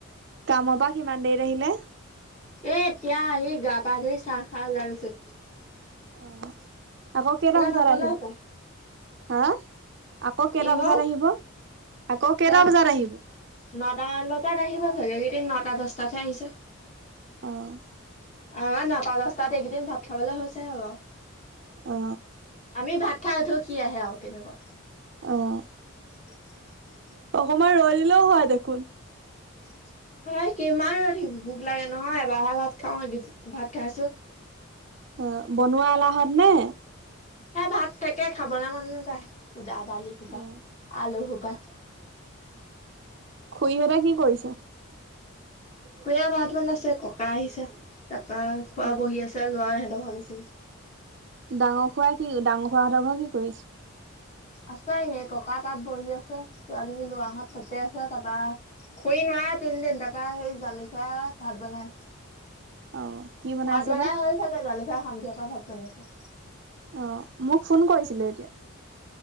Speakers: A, on the right; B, on the left.
A: কামৰ পৰা কিমান দেৰিত আহিলে
B: এ এতিয়া আহি গা পা ধৰি চাহ খাই উলাই গৈছে।
A: অ আকৌ কেইটা বজাত
B: নগ'লে
A: আহিব?
B: হপায়।
A: হা আকৌ কেইটা
B: কি হ'ল
A: বজাত আহিব? আকৌ কেইটা
B: জানো
A: বজাত
B: কি
A: আহিব
B: নটা মান বজাত আহিব চাগে কেইদিন নটা দছটাতহে আহিছে।
A: অ'।
B: আমাৰ নটা দশটাত এইকেইদিন ভাত খাবলৈ হৈছেহে আৰু,
A: অ
B: আমি ভাত খাই উঠ সি আহে আৰু তেনেকুৱা।
A: অ'।
B: <inaudible>
A: অকমান ৰৈ দিলেও হয় দেখোন।
B: <inaudible> হয় কিমান ৰৈ থাকিম ভোক লাগে নহয় এবাৰে ভাত খাও ভাত খাইছো।
A: অ বনোৱা এলাহত নে?
B: সেই ভাত থাকে খাবলৈ মন নাযায় উদাত দালি সোপা
A: অ
B: আলু সোপা।
A: খু়ৰিহতে কি কৰিছে?
B: খুৰিয়ে ভাত বনাইছে ককা আহিছে তাৰাপা খোৱা
A: অ'
B: বহি আছে লৰা আহি <unintelligible>
A: ডাঙৰ খুৰাই কি ডাঙৰ খোৰাহঁতৰ ঘৰৰ কি কৰিছে?
B: আছে এনে ককা তাত বহি আছে ছোৱালী লৰাহত তাতে আছে তাৰপা খুৰি নোৱাৰে তিন দিন তাৰপা সেই জালি খোৱা ভাত বনাই
A: অ' কি বনাইছে
B: ভাত বনাই
A: বা?
B: হল চাগে জালি ঘৰা সন্ধিয়াৰ পৰা ভাত বনাইছে।
A: অ' মোক ফোন কৰিছিলে এতিয়া।